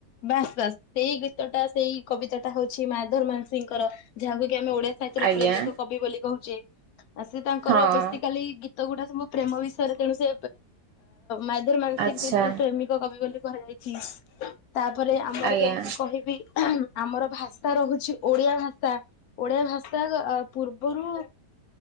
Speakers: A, on the left; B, on the right.
A: ବାସ ବାସ, ସେଇ ଗୀତ ଟା ସେଇ ଟା ହଉଛି ମାୟାଧରମାନସୀଙ୍କର, ଯାହାକୁ ଆମେ ଓଡିଆ ସାହିତ୍ୟର
B: ଆଜ୍ଞା
A: ପ୍ରେମିକ କବି ବୋଲି କହୁଛେ, ସେ ତାଙ୍କର
B: ହଁ।
A: ବସିକାଲି ଗୀତ ଗୁଡା ପ୍ରେମ ବିଷୟରେ ତେଣୁ ସେ ମାଇଦର ମାନସିକ
B: ଆଚ୍ଛା
A: ଯେତୁ ପ୍ରେମିକ କବି ବୋଲି କୁହାଯାଇଛି, ତାପରେ ଆମର
B: ଆଜ୍ଞା
A: ଯେମିତି କହିବି ଆମର ଭାଷା ରହୁଛି ଓଡିଆ ଭାଷା, ଓଡିଆ ଭାଷା ପୂର୍ବରୁ